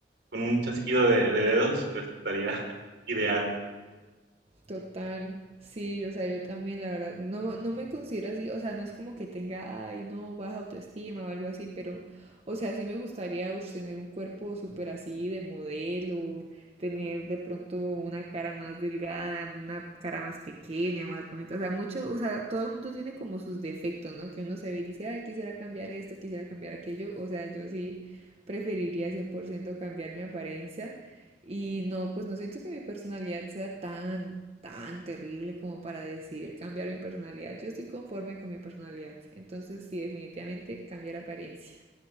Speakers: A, on the right; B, on the right.
A: con un chasquido de, de dedos, pues estaría <laughs> ideal.
B: Total, sí, o sea, yo también, la verdad, no, no me considero así, o sea, no es como que tenga, ay, no, baja autoestima o algo así, pero, o sea, sí me gustaría ush, tener un cuerpo súper así de modelo, tener de pronto una cara más delgada, una cara más pequeña, más bonita, o sea, mucho, o sea, todo el mundo tiene como sus defectos, ¿no? Que uno se ve y dice, ay, quisiera cambiar esto, quisiera cambiar aquello, o sea, yo sí preferiría 100% cambiar mi apariencia. Y no, pues no siento que mi personalidad sea tan, tan terrible como para decidir cambiar mi personalidad. Yo estoy conforme con mi personalidad. Entonces, sí, definitivamente cambiar apariencia.